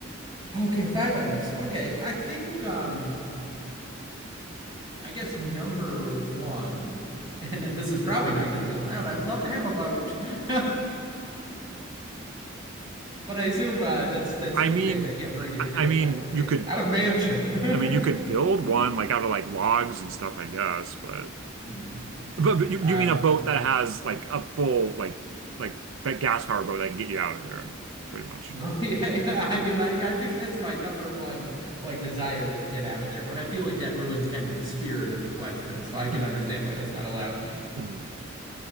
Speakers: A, on the right; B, on the right.
A: Okay, five items. Okay. I think um I guess number one, <laughs> and this is probably not going to be allowed. I'd love to have a boat. <laughs> But I assume uh, that's that's
B: I
A: too
B: mean,
A: big. I can't bring anything
B: I,
A: like
B: I mean,
A: that with me.
B: you could.
A: At a mansion.
B: I mean, you could build one
A: <laughs>
B: like out of like logs and stuff, I guess. But
A: Hmm.
B: but, but
A: Uh,
B: you, you mean a boat that has like a full like like that gas power boat that can get you out of there, pretty much.
A: Oh <laughs> yeah, yeah. I mean, I, I think that's my number one like desire is to get out of there, but I feel like that ruins kind of the spirit of the question, so I can
B: Y-
A: understand why that's not allowed.
B: Mhm.